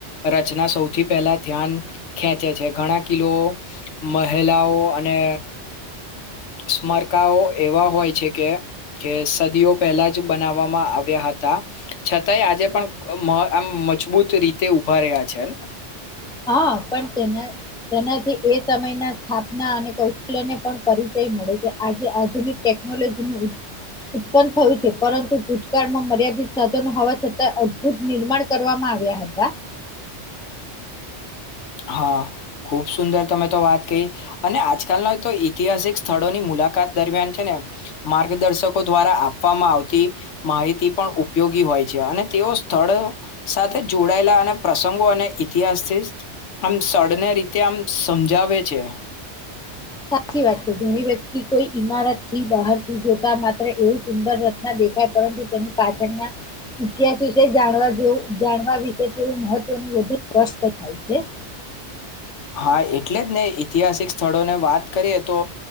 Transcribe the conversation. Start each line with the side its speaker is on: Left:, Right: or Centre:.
Left: રચના સૌથી પહેલા ધ્યાન ખેંચે છે. ઘણા કિલો મહિલાઓ અને સ્મરકાઓ એવા હોય છે, કે જે સદીઓ પહેલા જ બનાવવામાં આવ્યા હતા. છતાંય આજે પણ આમ મજબૂત રીતે ઉભા રહ્યા છે ને-
Centre: હા પણ તેના તેનાથી એ સમયના સ્થાપના અને કૌશલ્યને પણ પરિચય મળે છે. આજે આધુનિક ટેકનોલોજીનું ઉત્પન્ન થયું છે પરંતુ ભૂતકાળમાં મર્યાદિત સાધનો હોવા છતાં અદભુત નિર્માણ કરવામાં આવ્યા હતા.
Left: હા ખુબ સુંદર તમે તો વાત કહી અને આજકાલના તો ઈતિહાસિક સ્થળોની મુલાકાત દરમિયાન છે, ને માર્ગદર્શકો દ્વારા આપવામાં આવતી માહિતી પણ ઉપયોગી હોય છે અને તેઓ સ્થળ સાથે જોડાયેલા અને પ્રસંગો અને ઇતિહાસથી આમ સળને રીતે આમ સમજાવે છે.
Centre: સાચી વાત છે ઘણી વ્યક્તિ કોઈ ઈમારતથી બહાર થી જોતા માત્ર એવું સુંદર રચના દેખાય પરંતુ તેની પાછળના ઇતિહાસ વિશે જાણવાવ જાણવા વિશે તેવું મહત્વનું વધુ સ્પષ્ટ થાય છે.
Left: હા એટલે જ ને ઐતિહાસિક સ્થળોને વાત કરીએ તો